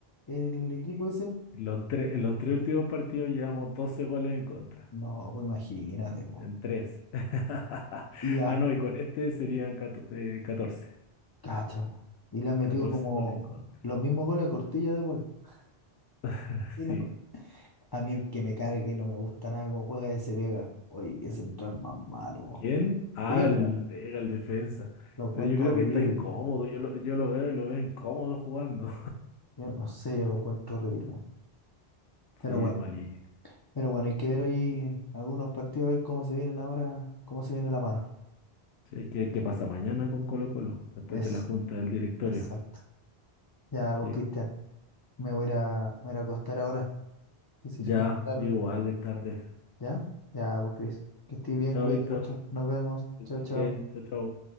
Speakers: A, on the left; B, on the left.
A: el equipo ese?
B: En los tres, en los tres últimos partidos llevamos 12 goles en contra.
A: No, pues imagínate, po.
B: En tres. <laughs>
A: Y a,
B: Ah, no, y con este serían cato- eh, 14.
A: cacha, po. Y le han metido
B: 14
A: como
B: goles en contra.
A: los mismos goles a Cortilla de Paul. <laughs>
B: <laughs>
A: Y lo-
B: Sí.
A: a mí el que me cargue no me gusta nada cómo juega ese Vega. Oye, qué central más malo. po.
B: ¿Quién? Ah,
A: Vega,
B: el Vega, el defensa.
A: lo encuentro
B: Pero yo creo
A: horrible.
B: que está incómodo. Yo lo, yo lo veo y lo veo incómodo jugando.
A: Yo no sé, yo lo encuentro horrible.
B: <laughs>
A: Pero
B: Sí,
A: bueno.
B: es malito.
A: Pero bueno, hay que ver ahí algunos partidos, a ver cómo se vienen ahora, cómo se viene la mano.
B: Sí, ¿qué, qué pasa mañana con Colo Colo? Después
A: Es,
B: de la junta del directorio.
A: exacto. Ya vos,
B: Sí,
A: Cristian, me voy a, ir a- me voy a ir a acostar ahora, que se
B: ya,
A: hizo muy tarde.
B: yo igual es tarde.
A: ¿Ya? Ya vos, Cris. Que estés bien,
B: Chao,
A: cuídate
B: Víctor.
A: mucho. Nos vemos.
B: Que estés
A: Chao, chao.
B: Bien, chao, chao.